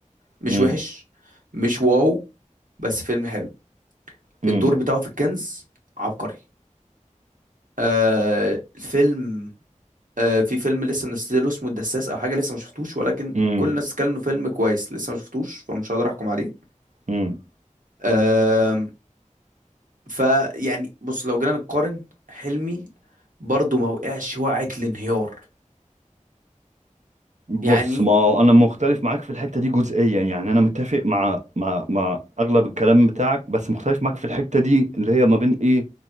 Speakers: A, on the right (about 85°); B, on the right (about 65°).
A: مش
B: امم
A: وحش مش واو بس فيلم حلو
B: امم
A: الدور بتاعه في الكنز عبقري آه الفيلم آه في فيلم لسه منزله اسمه الدساس او حاجه لسه ما شفتوش ولكن
B: امم
A: كل الناس بتتكلم إنه فيلم كويس لسه ما شفتوش فمش هقدر احكم عليه
B: امم
A: آه فيعني بص لو جينا نقارن حلمي برضه ما وقعش وقعة الانهيار
B: بص
A: يعني
B: ما هو أنا مختلف معاك في الحتة دي جزئيا يعني أنا متفق مع مع مع أغلب الكلام بتاعك بس مختلف معاك في الحتة دي اللي هي ما بين إيه